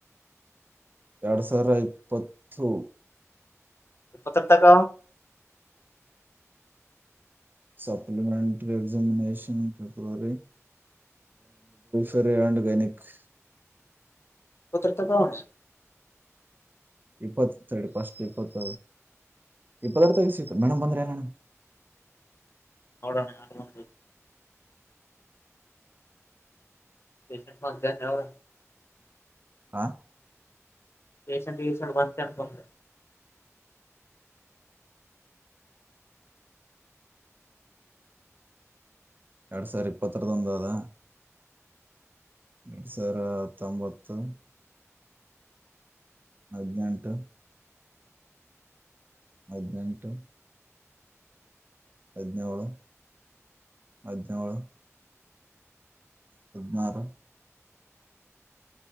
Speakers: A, on the right; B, on the left.
A: ಎರಡ್ ಸಾವಿರ ಇಪ್ಪತ್ತು
B: ಎಪ್ಪತ್ತರ್ತಕ್ಕ
A: ಸಪ್ಲಿಮೆಂಟರಿ ಎಕ್ಸಾಮಿನೇಷನ್ ಪೆಬ್ರವರಿ <unintelligible>
B: <unintelligible>
A: ಇಪ್ಪತ್ತು ಸ ಪಸ್ಟ್ ಇಪ್ಪತ್ತ ಇಪ್ಪತ್ತರ ತ ಸಿತ ಮೇಡಮ್ ಬಂದ್ರೇಡಮ್
B: <inaudible> <unintelligible> <unintelligible>
A: ಹಾ
B: ರಸೆಂಟ್ ಯೂಷೆಂಟ್ ಬಂತೆೆ ಅನ್ಕೊಂಡೆ
A: ಎರಡ್ ಸಾವಿರ ಇಪ್ಪತ್ತರದ ಒಂದು ಅದ ಎರಡ್ ಸಾವಿರ ಹತ್ತೊಂಬತ್ತು ಹದಿನೆಂಟು ಹದಿನೆಂಟು ಹದಿನೇಳೇಳು ಹದಿನೇಳೇಳು ಹದಿನಾರು